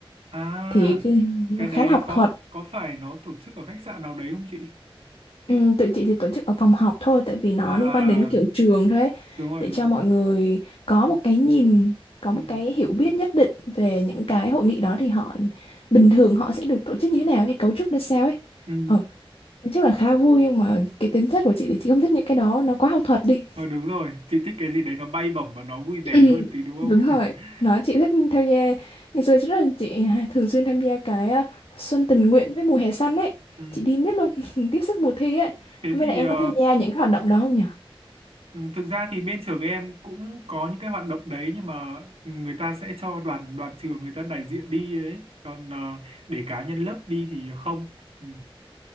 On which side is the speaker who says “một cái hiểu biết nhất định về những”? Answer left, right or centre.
Left